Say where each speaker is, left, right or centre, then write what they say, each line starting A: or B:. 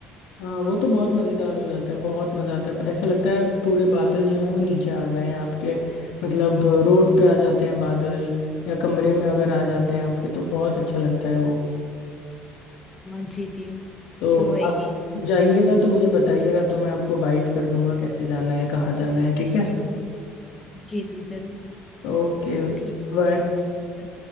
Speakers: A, on the left; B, on the left.
A: हाँ वो तो बहुत मज़ेदार हो जाता है बहुत मज़ा आता है ऐसा लगता है पूरे बादल जो है वो नीचे आ गए हैं आपके मतलब रोड पे आ जाते हैं बादल या कमरे में अगर आ जाते हैं आपके तो बहुत अच्छा लगता है वो
B: हाँ जी जी
A: तो
B: तो वही
A: आप जाइएगा तो मुझे बताइएगा तो मैं आपको गाइड कर दूंगा कैसे जाना है कहाँ जाना है ठीक है
B: जी जी जरूर
A: Okay
B: ठीक
A: bye
B: है